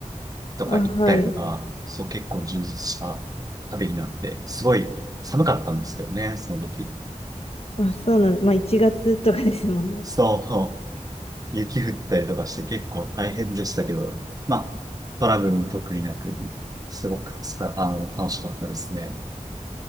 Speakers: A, on the right (about 30°); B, on the left (about 50°).
A: とか行ったりとか、
B: あ、はい。
A: そう結構充実した旅になって、すごい寒かったんですけどね、その時。
B: あ、そうなんまあ、1月とかですもんね。
A: そう、雪降ったりとかして結構大変でしたけど、まあ、トラブルも特になく、すごくつか、あの、楽しかったですね。